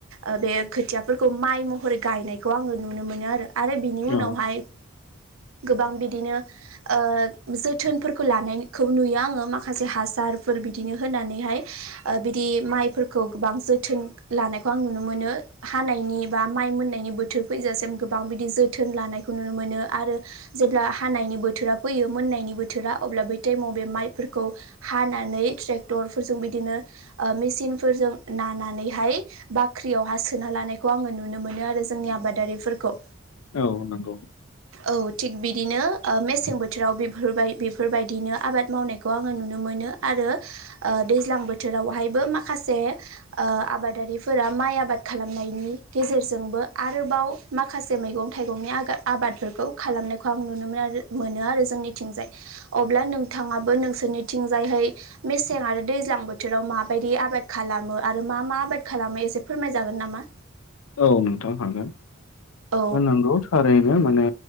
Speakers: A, on the right (about 75°); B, on the left (about 80°).
A: ओ बे खोथियाफोरखौ माइ महरै गायनायखौ आङो नुनो मोनो आरो आरो बिनि उनावहाय
B: औ
A: गोबां बिदिनो ओ जो थोनफोरखौ लानायखौ नुयो आङो माखासे हासारफोर बिदिनो होनानैहाय बिदि मा फोरखौ गोबां जोथोन लानायखौ आं नुनो मोनो हानायनि बा माइ मोननायनि बोथोर फैजासि जों गोबां बिदि जोथोन लानायखौ नुनो मोनो आरो जेब्ला हानायनि बोथोरा फैयो मोननायनि बो थोरा अब्ला बै टाइमाव बे माइफोरखौ हानानै ट्रेक्टरफोरजों बिदिनो ओ मेसिन फोरजों नानानैहाय बा ख्रियाव हा सोना लानायखौ आङो नुनो मोनो आरो जोंनि आबादारिफोरखौ
B: औ नंगौ
A: औ थिग बिदिनो ओ मेसें बोथोराव बिफोबाय बेफोरबायदिनो आबाद मावनायखौ आङो नुनो मोनो आरो ओ दैज्लां बोथोरावहायबो माखा से ओ आबादारिफोरा माइ आबाद खालामनायनि गेजेरजोंबो आरोबाव माखासे मैगं थाइगंनि आगा आबादफोरखौ खालामनायखौ आं नुनो मोनआरो मोनो आरो जोंनिथिंजाय। अब्ला नोंथाङाबो नोंसोरनिथिंजायहै मेसें आरो दैज्लां बोथोराव माबायदि आ बाद खालामो आरो मा मा आबाद खालामो एसे फोरमाय जागोन नामा?
B: औ नोंथां हागोन
A: औ
B: नंगौ थारैनो माने